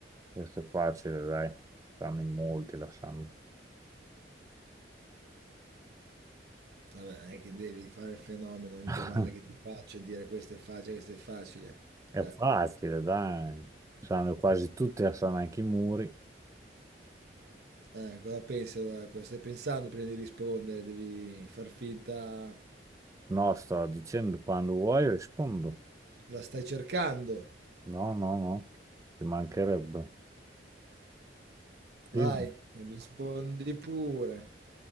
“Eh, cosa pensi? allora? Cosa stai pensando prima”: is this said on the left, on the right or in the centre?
Right